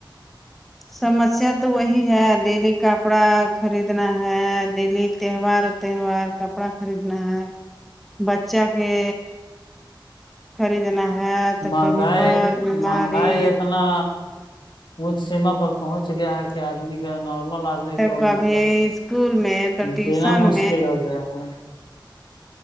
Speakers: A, in the centre; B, on the left (about 65°).
A: سمسیا تو وہی ہے ڈیلی کپڑا خریدنا ہے ڈیلی تہوار کپڑا خریدنا ہے بچہ کے خریدنا ہے تو
B: مہنگائی
A: کبھی بر بیماری
B: مہنگائی اتنا اونچ سیما پر پہنچ گیا ہے کہ آدمی کا نارمل ادمی
A: تو
B: کو
A: کبھی
B: مطلب
A: اسکول میں تو ٹیوشن
B: جینا مشکل ہو گیا ہے